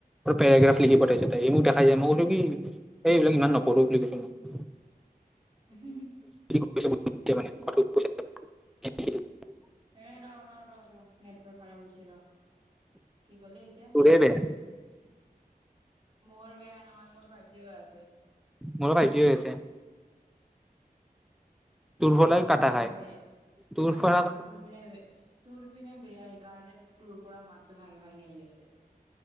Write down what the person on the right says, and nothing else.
উ হ হু
হেই ৰ ৰ ৰ নেটৰ্ক খাৰাব হৈছে ৰ কি কলি এতিয়া
মোৰ বেয়া নহয় মোৰ ফাইভ জি হৈ আছে
তোৰ
পিনে
বেয়া
না
না তোৰ পিনে বেয়া তোৰ পিনে বেয়া আহে কাৰণে তোৰ পৰা মাতটো ভাঙি ভাঙি আহি আছে